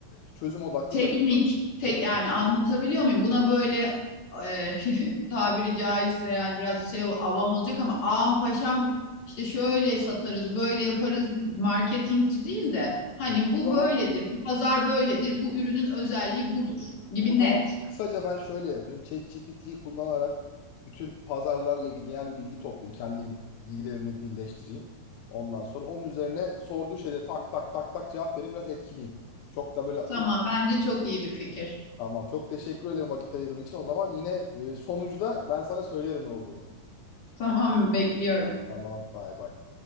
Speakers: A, on the left; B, on the left.
A: çözüm odaklı
B: Teknik,
A: cevap
B: tek
A: teknik.
B: yani anlatabiliyor muyum? Buna böyle e, <laughs> tabiri caizse yani biraz şey avam olacak ama ağam paşam işte şöyle satarız, böyle yaparız marketingci değil de hani
A: O
B: bu
A: zaman
B: böyledir, bu pazar böyledir, bu ürünün özelliği budur gibi
A: O zaman
B: net.
A: kısaca ben şöyle yapayım. ChatGPT'yi kullanarak bütün pazarlarla ilgili genel bir bilgi toplayayım. Kendi bilgilerimle birleştireyim. Ondan sonra onun üzerine sorduğu şeyde tak tak tak tak cevap vereyim. Biraz etkileyim. Çok da böyle
B: Tamam,
A: uç-
B: bence çok iyi bir fikir.
A: Tamam. Çok teşekkür ederim vakit ayırdığın için. O zaman yine e, sonucu ben sana söylerim ne olduğunu.
B: Tamam, bekliyorum.
A: Tamam. Bay bay.